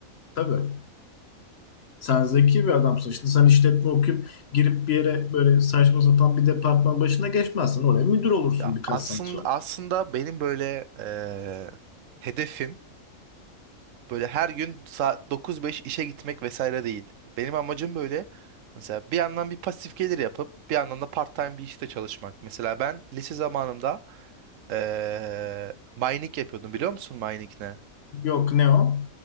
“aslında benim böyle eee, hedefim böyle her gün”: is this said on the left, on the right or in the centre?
Right